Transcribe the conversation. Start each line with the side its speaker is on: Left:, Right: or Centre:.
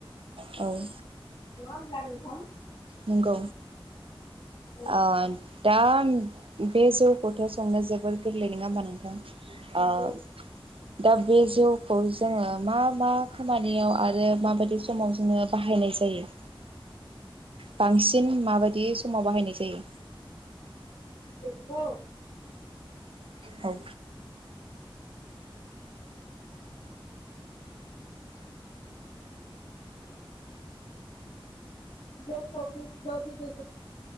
Right: औ
Left: नंङा होनब्ला नोंथां
Right: नंगौ
Left: औ
Right: ओ दा बे जौखौथ संनो जोबोर गोरलै नोंङा होनबा नोंथां?
Left: नंगौ
Right: ओ दा बे जौखौ जोङो मा मा खामानियाव आरो माबायदि समाव जोङो बाहायनाय जायो। बांसिन माबायदि समाव बाहायनाय जायो।
Left: बेखौ
Right: औ
Left: <unintelligible> मास मोनसे